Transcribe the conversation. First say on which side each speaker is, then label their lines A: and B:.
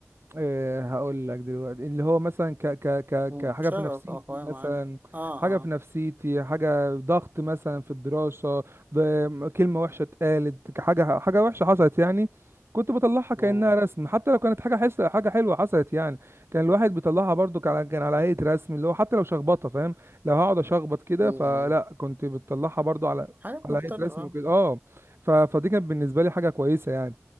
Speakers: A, on the right (about 60°); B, on the right (about 40°).
A: إيه هقول لك دلوقتي اللي هو مثلا ك ك ك
B: مم.
A: كحاجة
B: شغف
A: في نفسيتي
B: أو هواية
A: مثلا
B: معينة آه
A: حاجة في
B: آه
A: نفسيتي حاجة ضغط مثلا في الدراسة ض- كلمة وحشة اتقالت ك- حاجة حاجة وحشة حصلت يعني كنت بطلعها كأنها
B: مم.
A: رسم حتى لو كانت حاجة حس حاجة حلوة حصلت يعني كان الواحد بيطلعها برضو كان كان على هيئة رسم اللي هو حتى لو شخبطة فاهم لو هقعد أشخبط كده
B: مم.
A: فلا كنت بتطلعها برضو على
B: حاجات
A: على
B: مختلفة
A: هيئة رسم وكده اه ف... فدي كانت بالنسبة لي حاجة كويسة يعني